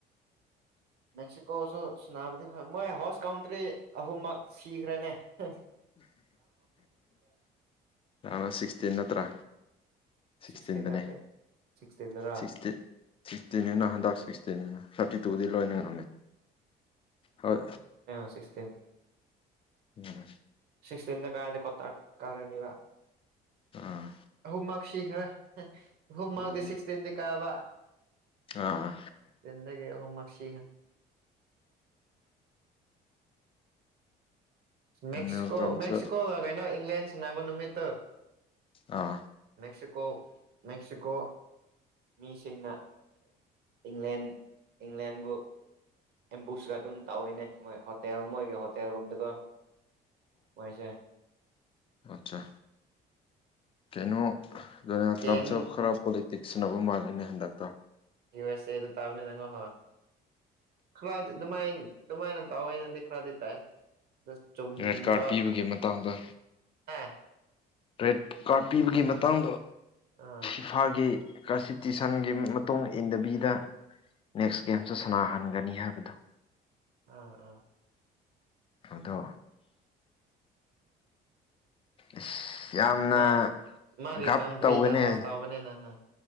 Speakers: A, on the right; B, on the left.
A: ꯃꯦꯛꯁꯤꯀꯣꯁꯨ ꯁꯨꯕꯗꯤ ꯃꯣꯏ ꯍꯥꯎꯁ ꯀꯥꯎꯟꯇ꯭ꯔꯤ ꯑꯍꯨꯝꯃꯛ ꯁꯤꯈ꯭ꯔꯦꯅꯦ꯫ ꯑ
B: ꯔꯣꯟꯗ ꯑꯣꯕ ꯁꯤꯛꯁꯇꯤꯟ ꯅꯠꯇ꯭ꯔꯥ ꯁꯤꯛꯁꯇꯤꯟꯗꯅꯦ
A: ꯁꯤꯛꯁꯇꯤꯟ ꯅꯠꯇꯦ ꯁꯤꯛꯁꯇꯤꯟꯗꯔꯥ
B: ꯁꯤꯛꯁꯇꯤꯟ ꯁꯤꯛꯁꯇꯤꯟꯅꯤꯅ ꯍꯟꯗꯛ ꯁꯤꯛꯁꯇꯤꯟꯅꯤꯅ꯫ ꯊꯥꯔꯇꯤ ꯇꯨꯗꯤ ꯂꯣꯏꯅ ꯉꯝꯃꯦ ꯍꯣꯏ
A: ꯁꯤꯁꯇꯤꯟ꯫
B: ꯎꯝ
A: ꯁꯤꯛꯁꯇꯤꯟꯗ ꯀꯥꯏꯗ ꯀꯣꯇꯥ ꯀꯥꯔꯅꯤꯕ
B: ꯑꯥ
A: ꯑꯍꯨꯝꯃꯛ ꯁꯤꯈ꯭ꯔꯦ ꯑꯍꯨꯝꯃꯛꯗꯤ
B: ꯎꯝ
A: ꯁꯤꯛꯁꯇꯤꯟꯗꯤ ꯀꯥꯕ
B: ꯑꯥ
A: ꯗꯒꯤꯒꯤ ꯍꯣꯝꯋꯔꯛ ꯁꯒ꯭ꯔ
B: ꯗꯣꯅꯦꯜ
A: ꯃꯦꯛꯁꯤꯀꯣ
B: ꯇ꯭ꯔꯝꯁꯨ
A: ꯃꯦꯛꯁꯤꯀꯣ ꯀꯩꯅꯣ ꯏꯪꯪꯂ꯭ꯂꯦꯟꯁꯅꯥꯕ ꯅꯨꯃꯤꯠꯇ
B: ꯑꯥ
A: ꯃꯦꯛꯦꯛꯁꯤꯀꯣ ꯃꯦꯛꯦꯛꯁꯤꯀꯣ ꯃꯤꯁꯤꯡꯅ ꯏꯪꯂꯦꯟ ꯏꯪꯂꯦꯟꯕꯨ ꯑꯦꯝꯕꯨꯁꯀ ꯑꯗꯨꯝ ꯇꯧꯋꯏꯅꯦ ꯃꯣꯏ ꯍꯣꯇꯦꯜ ꯃꯣꯏꯒ ꯍꯣꯇꯦꯜ ꯔꯨꯝꯝꯗꯒꯣ ꯑꯣꯏꯣꯏꯁꯦ
B: ꯑꯆꯥ ꯀꯩꯅꯣ
A: ꯒꯦꯝ
B: ꯇ꯭ꯔꯝꯁꯨ ꯈꯔꯞ ꯄꯣꯂꯤꯇꯤꯛꯁꯅꯕ ꯃꯥꯜꯂꯅꯦ ꯍꯟꯗꯛꯇ
A: ꯌꯨ ꯑꯦꯁ ꯑꯦꯗ ꯇꯥꯕꯅꯤ ꯅ ꯍꯣꯏ ꯑꯗꯨꯃꯥꯏ ꯑꯗꯨꯃꯥꯏꯅ ꯇꯥꯑꯣꯏꯅꯗꯤ ꯈꯔꯗꯤ ꯇꯥꯏ ꯆꯨꯝꯕ
B: ꯔꯦꯠ ꯀꯥꯔꯠ ꯄꯤꯕꯒꯤ ꯃꯇꯥꯡꯗ
A: ꯑꯥ
B: ꯔꯦꯠ ꯀꯥꯔꯠ ꯄꯤꯕꯒꯤ ꯃꯇꯥꯡꯗ
A: ꯑꯥ
B: ꯏꯝꯐꯥꯜꯒꯤ ꯀꯟꯁꯇꯤꯇ꯭ꯌꯨꯁꯟꯒꯤ ꯃꯇꯨꯡ ꯏꯟꯗꯕꯤꯗ ꯅꯦꯛꯁ ꯒꯦꯝꯁꯨ ꯁꯥꯟꯅꯥꯍꯟꯒꯅꯤ ꯍꯥꯏꯕꯗꯣ
A: ꯑꯥ ꯑ
B: ꯑꯗꯣ ꯏꯁꯁ ꯌꯥꯝꯅ
A: ꯃꯥ ꯃꯥꯒꯤ
B: ꯒꯞ
A: ꯀꯟꯇ꯭ꯔꯤꯗ
B: ꯇꯧꯒꯅꯤ
A: ꯍꯣꯁ ꯇꯧꯕꯅꯤꯅ ꯍꯥ